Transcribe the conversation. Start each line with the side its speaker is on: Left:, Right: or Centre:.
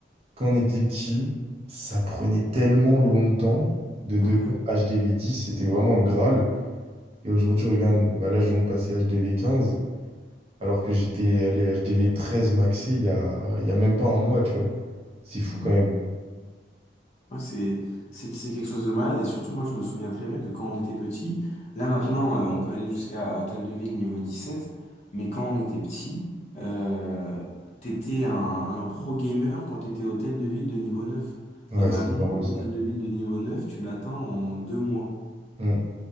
Right: quand on était petit, ça prenait tellement longtemps de
Left: Bah
Right: devenir
Left: ouais.
Right: HDV10, c'était vraiment le Graal. Et aujourd'hui, regarde, bah là je viens de passer HDV15, alors que j'étais allé HDV13 maxé il y a, il y a même pas un mois, tu vois. C'est fou quand même.
Left: Ouais, c'est c'est c'est quelque chose de malade et surtout moi je me souviens très bien que quand on était petit, là maintenant euh, on peut aller jusqu'à Hôtel de Ville niveau 17, mais quand on était petit, euh, t'étais un, un pro gamer quand t'étais Hôtel de Ville de niveau neuf
Right: Ouais,
Left: Et maintenant
Right: c'est vraiment
Left: l'Hôtel
Right: ça.
Left: de Ville de niveau 9 tu l'atteins en deux mois.
Right: Mm.